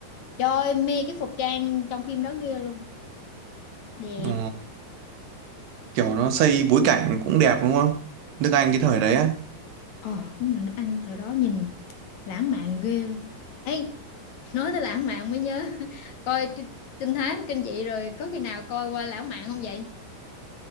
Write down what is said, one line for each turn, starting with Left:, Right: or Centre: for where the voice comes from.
Left: trời ơi, mê cái phục trang trong phim đó ghê luôn đẹp
Right: Ồ, kiểu nó xây bối cảnh cũng đẹp đúng không nước Anh cái thời đấy á
Left: ờ đúng là nước Anh thời đó nhìn lãng mạn ghê luôn Ê nói tới lãng mạn mới nhớ <laughs> coi trinh trinh thám kinh dị rồi có khi nào coi qua lãng mạn không vậy